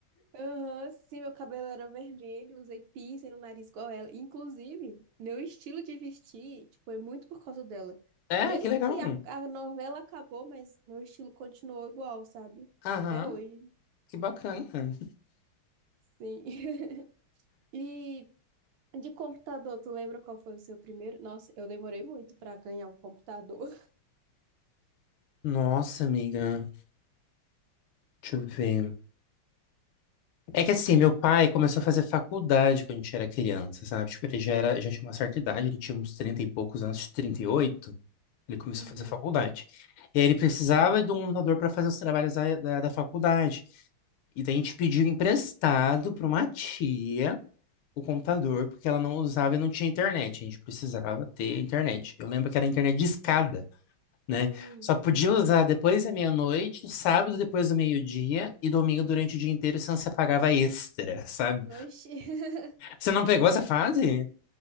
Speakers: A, on the right; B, on the left.
A: Aham, sim, meu cabelo era vermelho, usei piercing no nariz igual ela. Inclusive, meu estilo de vestir, tipo, é muito por causa dela.
B: É,
A: Mesmo
B: que legal.
A: que a, a novela acabou, mas meu estilo continuou igual, sabe?
B: Aham,
A: Até hoje,
B: que bacana.
A: sim. <laughs> E de computador, tu lembra qual foi o seu primeiro? Nossa, eu demorei muito pra ganhar um computador. <laughs>
B: Nossa, amiga. Deixa eu ver. É que assim, meu pai começou a fazer faculdade quando a gente era criança, sabe? Tipo, ele já era, já tinha uma certa idade, ele tinha uns 30 e poucos anos, 38. Ele começou
A: Uhum.
B: a fazer faculdade. E aí ele precisava de um computador para fazer os trabalhos da, da, da faculdade. E daí a gente pediu emprestado para uma tia o computador, porque ela não usava e não tinha internet. A gente precisava ter internet. Eu lembro que era internet de escada, né?
A: Hum.
B: Só podia usar depois da meia-noite, sábado depois do meio-dia e domingo durante o dia inteiro, senão você pagava extra, sabe?
A: Oxi. <laughs>
B: Você não pegou essa fase?